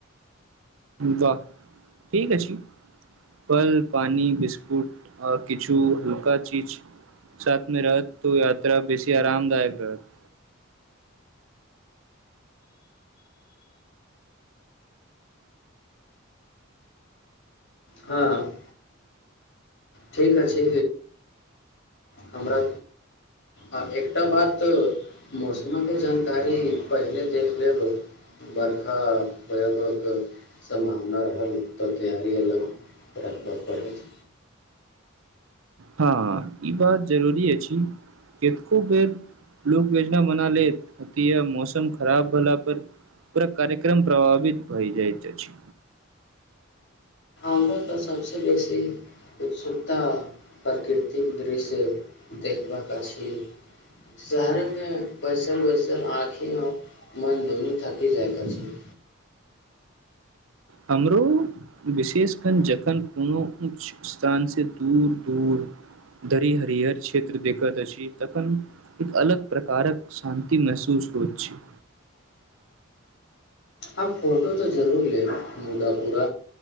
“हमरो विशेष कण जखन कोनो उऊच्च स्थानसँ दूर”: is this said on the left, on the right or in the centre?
Right